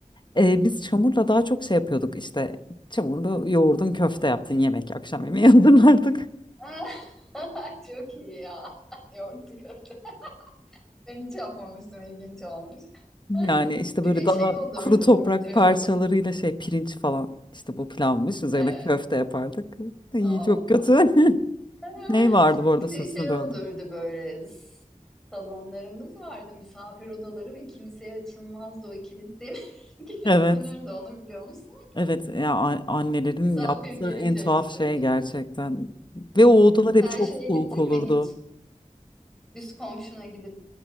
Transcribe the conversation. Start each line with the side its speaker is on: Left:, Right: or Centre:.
Left: Eee, biz çamurla daha çok şey yapıyorduk işte. Çamurlu yoğurdun köfte yaptın yemek. Akşam yemeği <laughs> hazırlardık.
Centre: <laughs> Çok iyi ya. <laughs> Yoğurtlu köfte. Ben hiç yapmamıştım. İlginç olmuş.
Left: Yani
Centre: <laughs>
Left: işte
Centre: Bir
Left: böyle
Centre: de
Left: daha
Centre: şey olurdu
Left: kuru toprak
Centre: burcu.
Left: parçalarıyla şey pirinç falan işte bu pilavmış üzerine
Centre: Evet.
Left: köfte yapardık. İyi
Centre: Allah.
Left: çok kötü. <laughs>
Centre: <laughs>
Left: Ney vardı bu arada
Centre: Bir
Left: sözünü
Centre: de şey
Left: böldüm.
Centre: olurdu böyle s- salonlarımız vardı misafir odaları ve kimseye açılmazdı o kilitlenir, <laughs> kilitlenirdi
Left: Evet.
Centre: onu biliyor musun?
Left: Evet ya a- annelerin
Centre: Misafir
Left: yaptığı
Centre: gelince
Left: en tuhaf
Centre: açılırdı.
Left: şey gerçekten. Ve
Centre: Evet.
Left: o odalar
Centre: Sen
Left: hep çok
Centre: şeye
Left: soğuk
Centre: gittin
Left: olurdu.
Centre: mi hiç? Üst komşuna gidip